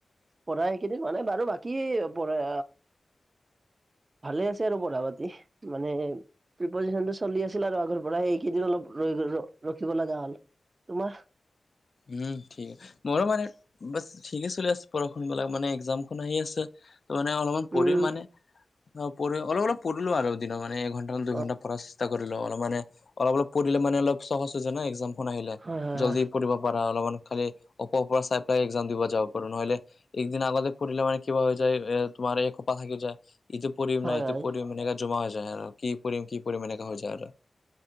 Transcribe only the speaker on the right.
পঢ়াই এইকেইদিন মানে বাৰু বাকী পঢ়া ভালে আছে আৰু পঢ়া পাতি, মানে প্ৰিপজেচনটো চলি আছিল আৰু আগৰ পৰা এইকেইদিন অলপ ৰৈ গ'ল, ৰখিব লগা হ'ল। তোমাৰ?
উম
অ
হয় হয় হয়
হয়
হয়